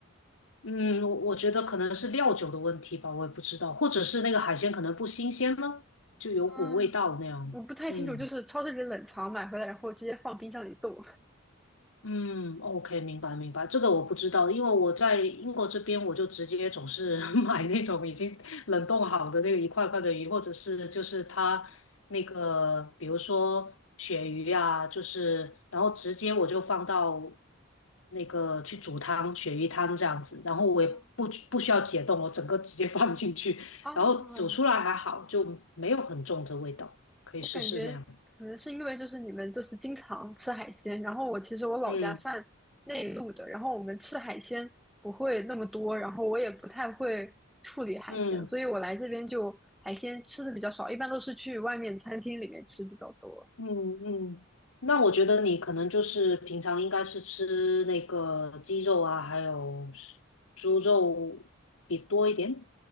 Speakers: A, on the left (about 80°); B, in the centre.
A: 嗯，我我觉得可能是料酒的问题吧，我也不知道，或者是那个海鲜可能不新鲜呢，就有股味道那样。
B: 嗯，我不太清楚，
A: 嗯。
B: 就是超市里冷藏买回来，然后直接放冰箱里冻。
A: 嗯，OK，明白明白，这个我不知道，因为我在英国这边，我就直接总是 <laughs> 买那种已经冷冻好的那个一块块的鱼，或者是就是它那个，比如说鳕鱼啊，就是然后直接我就放到那个去煮汤，鳕鱼汤这样子，然后我也不不需要解冻，
B: <laughs>
A: 我整个直接放进去，
B: 啊，
A: 然后煮出来还好，就没有很重的味道，可以试试那样。
B: 我感觉可能是因为就是你们就是经常吃海鲜，然后我其实我老家算内陆的，
A: 嗯
B: 然后我们吃海鲜不会那么多，然后我也不太会处理海鲜，
A: 嗯。
B: 所以我来这边就海鲜吃的比较少，一般都是去外面餐厅里面吃比较多。
A: 嗯嗯，那我觉得你可能就是平常应该是吃那个鸡肉啊，还有是猪肉比多一点。